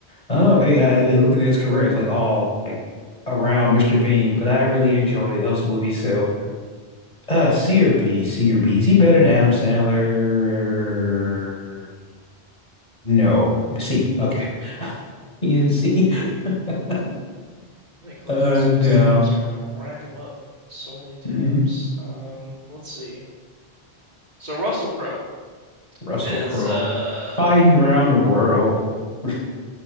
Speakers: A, on the left; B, on the right.
A: Oh, hey, I, I- looking at his career, it's like all like around Mr. Bean, but I really enjoy those movies. So, uh, C or B, C or B. Is he better than Adam Sandler? No, C. Okay, <laughs> he's in C. <laughs>
B: I didn't close
A: Uh,
B: out some
A: no.
B: of these tabs, starting to rack him up. So many tabs.
A: hmm
B: Um, let's see. So Russell Crowe
A: Russell
B: is
A: Crowe
B: uh,
A: fighting around the world. <laughs>